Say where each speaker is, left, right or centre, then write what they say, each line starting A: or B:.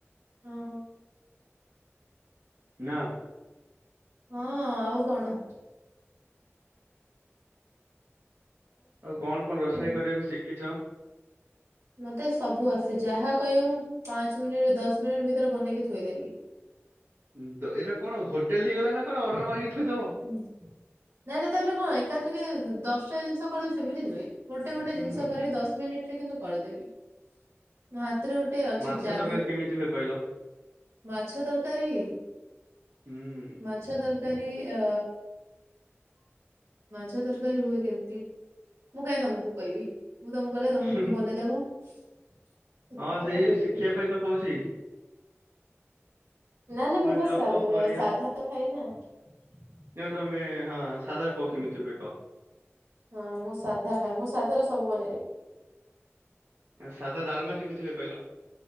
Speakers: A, on the right; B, on the right.
A: ହଁ।
B: ନା।
A: ହଁ ଆଉ କଣ?
B: ଆଉ କଣ କଣ ରୋଷେଇ
A: ଉଁ,
B: କରିୟାକୁ ଶିଖିଛ?
A: ମତେ ସବୁ ଆସେ, ଯାହା କହିବ ମୁଁ ପାଞ୍ଚ ମିନିଟ୍ ଦଶ ମିନିଟ୍ ଭିତରେ ବନେଇକି ଥୋଇଦେବି।
B: <unintelligible> ଏଟା କଣ ହୋଟେଲ ହେଇଗଲା ନା କଣ ଅର୍ଡର ମାରିକି ଥୋଇଦବ।
A: ହୁଁ ନାଇଁ ନାଇଁ ତା <unintelligible> ଏକାଥରଖେ ଦଶଟା ଜିନିଷ <unintelligible> ସେମିତି ନୁହେଁ। ଗୋଟେ ଗୋଟେ
B: ହୁଁ
A: ଜିନିଷ କରିବି ଦଶ ମିନିଟ ରେ କିନ୍ତୁ କରିଦେବି। ମୋ ହାତରେ ଗୋଟେ ଅଛି
B: ମାଛ
A: ଯାଦୁ।
B: ତରକାରୀ କେମିତି ହୁଏ କହିଲ?
A: ମାଛ ତରକାରୀ,
B: ହୁଁ
A: ମାଛ ତରକାରୀ। ଅ ମାଛ ତରକାରୀ ହୁଏ କେମିତି? ମୁଁ କାହିଁକି ତମକୁ କହିବି, ମୁଁ ତମକୁ କହିଲେ ତମେ
B: ହୁଁ
A: ପୁଣି
B: ହୁଁ
A: ବନେଇଦବ। <unintelligible>
B: ହଁ ସେଇ ଶିଖିବା ପାଇଁ ତ କହୁଛି
A: ନା ନା
B: ପୁଣି
A: ମୁଁ ପା
B: ଜବ୍
A: ସା
B: ଫବ୍ କରିବା।
A: ସାଧା ଖାଏ ନା।
B: <unintelligible> ତମେ ହଁ ସାଧା କୁହ କେମିତି ହୁଏ କହ?
A: ହଁ ମୁଁ ସାଧା ଖାଏ। ମୁଁ ସାଧା ର ସବୁ ବନେଇଦେବି।
B: ସାଧାଡ଼ାଲମା କେମିତି ହୁଏ କହିଲ?